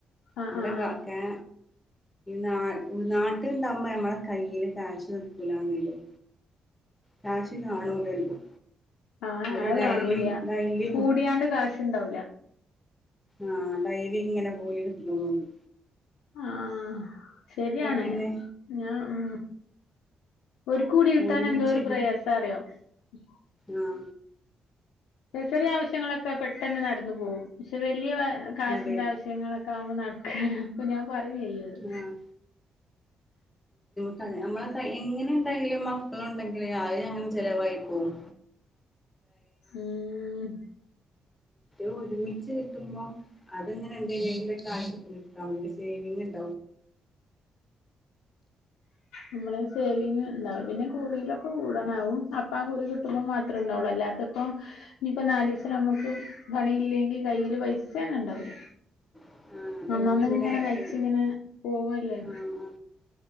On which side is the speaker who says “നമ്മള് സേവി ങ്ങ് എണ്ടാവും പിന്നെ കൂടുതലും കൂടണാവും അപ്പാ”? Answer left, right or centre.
Left